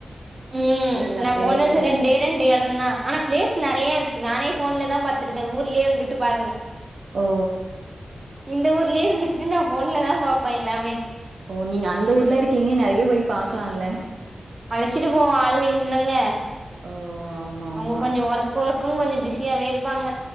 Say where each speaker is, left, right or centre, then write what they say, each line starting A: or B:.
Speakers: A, on the right; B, on the right.
A: உம்
B: என்னென்ன
A: நா
B: பிளேஸு
A: போனது ரெண்டே ரெண்டு எடந்தா ஆனா பிளேஸ் நறையா இருக்கு நானே போன்லதா பாத்துருக்கே ஊர்லயே இருந்துட்டு பாருங்க
B: ஓ
A: இந்த ஊர்லயே இருந்துகிட்டு நா போன்ல தா பாப்பே எல்லாமே
B: ஓ நீங்க அந்த ஊர்ல இருக்கீங்க நறைய போய் பாக்கலால்ல
A: அழச்சிட்டு போவ ஆள் வேணுலங்க
B: ஓ ஆமா
A: அவங்க
B: ஆமா
A: கொஞ்சு ஒர்க் ஒர்க்கன்னு கொஞ்சு பிஸியாவே இருப்பாங்க